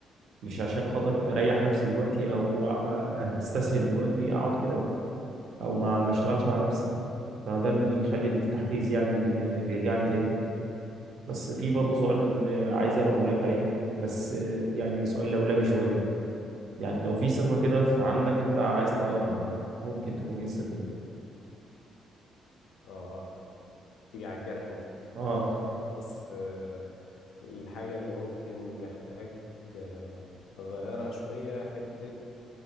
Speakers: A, on the right (about 70°); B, on the left (about 80°).
A: مش عشان خاطر اريح نفسي دلوقتي او أ- استسهل دلوقتي اقعد كده او ما ما اشتغلش على نفسي فده اللي بيخلي التحفيز يعني بي- بيرجع لي تاني بس في برضه
B: حلو
A: سؤال
B: أوي
A: اللي
B: مم.
A: عايز اقول لك عليه بس يعني سؤال لولبي شويه يعني لو في صفة
B: مم.
A: كده في عندك انت عايز تغيرها ممكن تكون ايه الصفة دي
B: آه آه. تيجي على الجرح انت <laughs>
A: اه
B: بص آه، الحاجة اللي ممكن محتاج آه، أغيرها شوية حتة